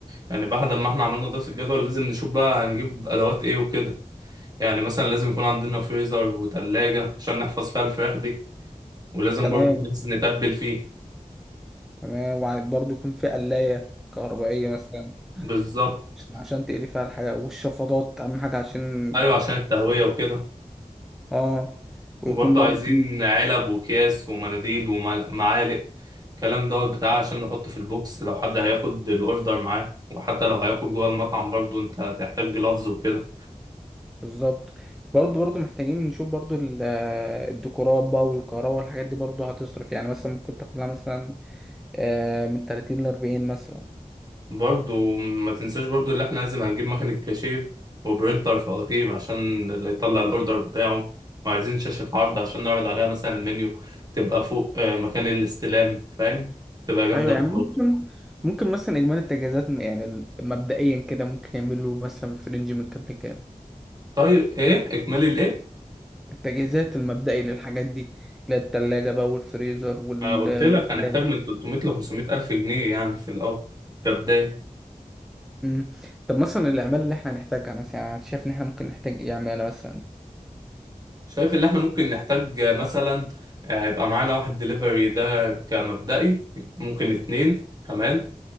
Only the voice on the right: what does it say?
يعني بعد ما احنا عملنا دراسة الجدول لازم نشوف بقى هنجيب أدوات ايه وكده يعني مثلا لازم يكون عندنا فريزر وتلاجة عشان نحفظ فيها الفراخ دي ولازم
برضه نتبل فيه
بالظبط
ايوه عشان التهويه وكده
وبرضه
عايزين
علب وكياس ومناديل ومعالق الكلام دوت بتاع عشان نحط في البوكس لو حد هياخد الاوردر معاه وحتى لو هياكل جوه المطعم برضه انت هتحتاج جلافز وكده
برضه ما تنساش برضه اللي احنا لازم هنجيب مكنة كاشير وبرينتر فواتير عشان اللي يطلع الاوردر بتاعه وعايزين شاشة عرض عشان نعرض عليها مثلا المنيو تبقى فوق آه، مكان الاستلام فاهم تبقى جامدة
أوي.
طيب ايه اكملي الايه
ما انا قلت لك
هنحتاج من 300 ل 500 الف جنيه يعني في الاول كبدايه
شايف اللي احنا ممكن نحتاج مثلا آه، يبقى معانا واحد دليفري ده كمبدئي ممكن اتنين كمان